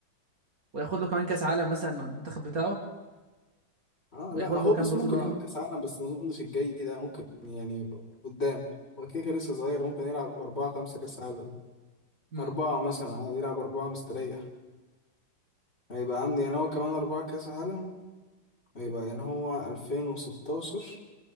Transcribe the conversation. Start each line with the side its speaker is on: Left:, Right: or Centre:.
Right: وياخد له كمان كاس عالم مثلا مع المنتخب بتاعه
Left: اه
Right: وياخد
Left: لا هو
Right: له
Left: بص
Right: كام بطوله
Left: ممكن يعمل كاس عالم بس ما اظنش الجاي ده ممكن يعني قدام هو كده كده لسه صغير ممكن يلعب أربعة خمسة كاس عالم
Right: امم
Left: أربعة مثلا عادي، يلعب أربعة مستريح هيبقى عندي يعني هو كمان أربعة كاس عالم هيبقى يعني هو 2016